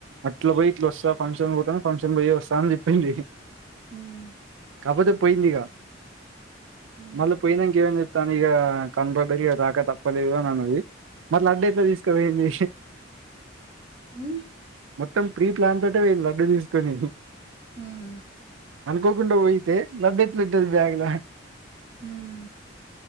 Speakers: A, on the right; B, on the right.
A: అట్ల పోయి ఇట్ల ఒస్తా ఫంక్షన్ పోతాన ఫంక్షన్ పొయ్యే వస్తా అని చెప్పింది
B: ఉమ్
A: కాపోతే పోయిందిగా
B: మ్
A: మళ్ళ పోయినంక ఏమైం దాని ఇగా కనుబడ్డ ఇగ రాక తప్పలేదు అని అన్నది మరి లడ్డు ఎట్ల తీస్కపోయింది
B: ఉమ్
A: మొత్తం ప్రీ ప్లాన్ తోటే పోయింది లడ్డు తీస్కొని
B: ఉమ్
A: అనుకోకుండ పోయితే లడ్డు ఎట్లుంటది బ్యాగుల
B: ఉమ్